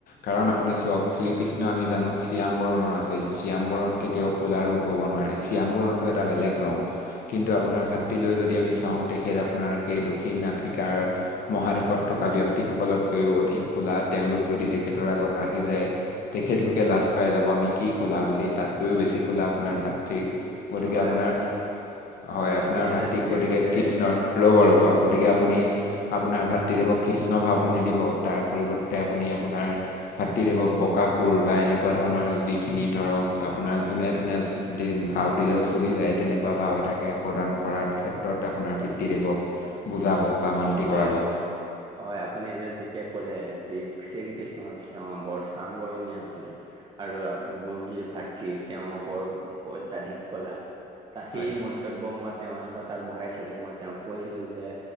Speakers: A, on the left (about 60°); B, on the right (about 25°).
A: কাৰণ আপুনি চাওক শ্ৰীকৃষ্ণ আমি জানো চিয়াম্বৰণৰ আছিল চিয়াম্বৰণ কেতিয়াও ক'লা ৰূপ হ'ব নোৱাৰে। চিয়াম বৰণটো এটা বেলেগ ৰং। কিন্তু আপোনাৰ ভাতৃলৈ যদি আমি চাওঁ তেখেত আপোনাৰ সেই দক্ষিণ আফ্ৰিকাৰ মহাদেশত থকা ব্যক্তিসকলতকৈও অধিক ক'লা তেওঁলোক যদি তেখেতৰ আগত আহি যায়। তেখেতলোকে লাজ পাই যাব আমি কি ক'লা বুলি তাতকৈও বেছি ক'লা আপোনাৰ ভাতৃ। গতিকে
B: হয়
A: আপোনাৰ,
B: আপুনি
A: হয় আপোনাৰ
B: আপুনি এতিয়া
A: ভাতৃক
B: যেতিয়া
A: গতিকে
B: ক'লে
A: কৃষ্ণৰ, ৰব ৰব। গতিকে আপুনি
B: হয়
A: আপোনাৰ ভাতৃদেৱক কৃষ্ণ ভাওটো নিদিব, তাৰ পৰিৱৰ্তে আপুনি আপোনাৰ ভাতৃদেৱক বকাসুৰ বা এনেকুৱা ধৰণৰ যিখিনি ধৰক আপোনাৰ যোনে <unintelligible> দিম ভাও দিলেও চলি যায় তেনেকুৱা ভাও এটাকে প্ৰদান কৰাত ক্ষেত্ৰত আপোনাৰ পিতৃদেৱক বুজাব বা মান্তি
B: হয়
A: কৰাব।
B: হয় আপুনি যে যেতিয়া ক'লে যি শ্ৰীকৃষ্ণ তেওঁৰ বৰ চামবৰণীয়া আছিল আৰু মোৰ যি ভাতৃ তেওঁ বৰ অত্যাধিক কলা। তাক সেই
A: হয়
B: মন্তব্য মই তেওঁৰ আগত আগ বঢ়াইছিলোঁ মই তেওঁক কৈছিলোঁ যে